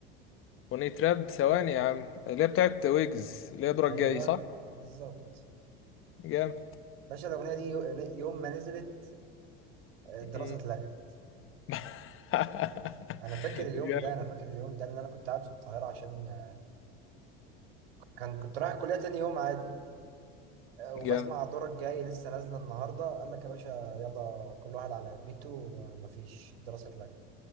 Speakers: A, on the left; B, on the right.
A: أغنية راب ثواني يا عم اللي هي بتاعت ويجز اللي هي دورك
B: ايوه
A: جاي صح؟
B: بالظبط
A: جامد
B: باشا الاغنيه دي يو- يوم ما نزلت آه،
A: مم.
B: الدراسه اتلغت
A: <laughs>
B: انا فاكر اليوم
A: جامد
B: ده انا فاكر اليوم ده لان انا كنت قاعد في القاهره عشان آه، كان كنت رايح الكليه تاني يوم عادي آه، وبسمع
A: جامد
B: دورك جاي لسه نازله النهارده قال لك يا باشا يلا كل واحد على بيته ما- مفيش دراسه اتلغت